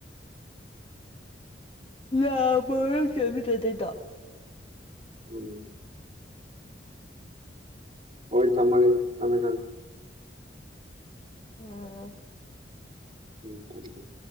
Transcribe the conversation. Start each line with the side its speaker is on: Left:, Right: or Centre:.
Left: ꯂ ꯄꯔ ꯆꯦꯕꯤꯗ ꯇꯩꯗꯣ
Right: ꯎꯝ ꯍꯣꯏ ꯊꯝꯃꯒꯦ ꯊꯝꯃꯦ ꯊꯃꯦ
Left: ꯑꯥ
Right: ꯎꯝ ꯊꯝꯃꯦ ꯊꯝꯃꯦ